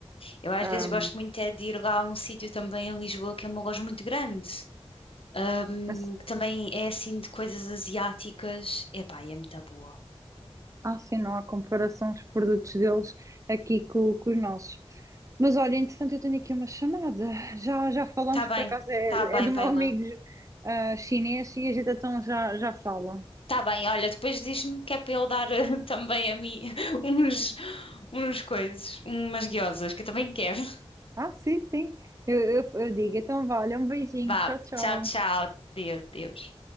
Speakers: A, on the left; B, on the right.
A: Eu às
B: Ah,
A: vezes gosto muito é de ir lá a um sítio também em Lisboa que é uma loja muito grande. ahm,
B: mas,
A: que também é assim de coisas asiáticas. Epá, e é muito boa.
B: ah, sim, não há comparação os produtos deles aqui com, com os nossos. Mas olha, entretanto, eu tenho aqui uma chamada. Já, já falamos,
A: Tá bem,
B: por acaso é,
A: tá bem,
B: é do meu
A: vai
B: amigo
A: lá.
B: ah, chinês e a gente então já, já fala.
A: Tá bem, olha, depois diz-me que é para eu dar eh, <laughs> também a mim <laughs> uns, uns coisas, umas guiosas, que eu também quero.
B: Ah, sim, sim. Eu, eu, eu digo. Então, vale, um beijinho.
A: Vá,
B: Tchau, tchau.
A: tchau, tchau. Deus, Deus.